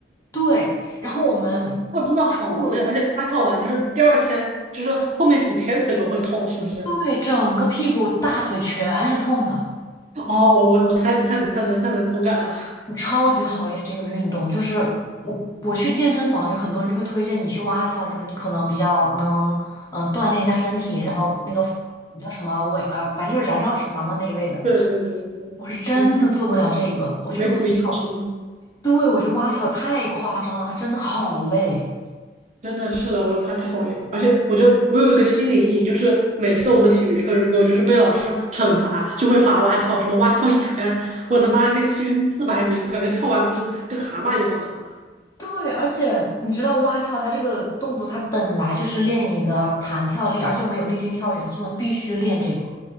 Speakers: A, on the left; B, on the right.
A: 对，然后我们
B: 跳真的好累，
A: 我
B: 而且蛙跳完就是第二天，就是后面几天腿都会痛，是不是？
A: 对整个屁股大腿全是痛的。
B: 哦，我我我太太能太能太能同感了。
A: 我超级讨厌这个运动，就是我我去健身房，有很多人就会推荐你去蛙跳，就是你可能比较能嗯呃锻炼一下身体，然后那个叫什么我也啊，反正就是燃烧脂肪嘛那一类的。
B: <laughs> 对对对对，
A: 我是真的做不了这个，
B: <laughs> 嗯
A: 我觉得蛙跳，
B: 没苦硬吃。
A: 对，我觉得蛙跳太夸张了，它真的好累。
B: 真的是的，我他太同意了。而且我就我有一个心理阴影，就是每次我们体育课如果就是被老师罚惩罚，就会罚蛙跳，什么蛙跳一圈，我的妈呀，那个是一圈四百米，感觉跳完都是跟蛤蟆一样了。
A: 对，而且你知道蛙跳它这个动作，它本来就是练你的弹跳力，而且我们有立定跳远，所以我们必须练这个。